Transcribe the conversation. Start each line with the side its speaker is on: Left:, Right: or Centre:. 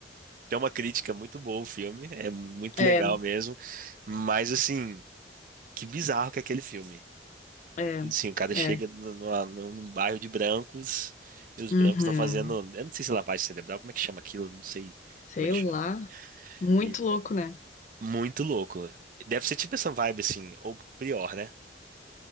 Right: Tem uma crítica muito boa o filme, é muito
Left: É,
Right: legal mesmo, mas assim, que bizarro que é aquele filme.
Left: é,
Right: Sim, o cara chega
Left: é.
Right: no- numa- num num bairro de brancos e os
Left: Uhum.
Right: brancos estão fazendo. Eu não sei se é lavagem cerebral, como é que chama aquilo? eu Não sei
Left: Sei
Right: como é que
Left: lá.
Right: chama.
Left: Muito
Right: E
Left: louco, né?
Right: muito louco. Deve ser tipo essa vibe assim, ou pior, né?